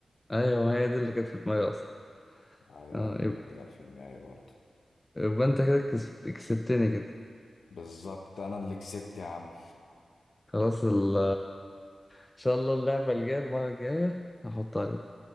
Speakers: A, on the left; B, on the left.
A: ايوه ما هي دي اللي كانت في دماغي اصلا
B: ايوه
A: اه
B: هي
A: يب-
B: اللي جت في دماغي برضه
A: يبقى انت كده كسبت... كسبتني كده
B: بالظبط انا اللي كسبت يا عم
A: خلاص ال... ان شاء الله اللعبة الجاية المرة الجاية هحط عليك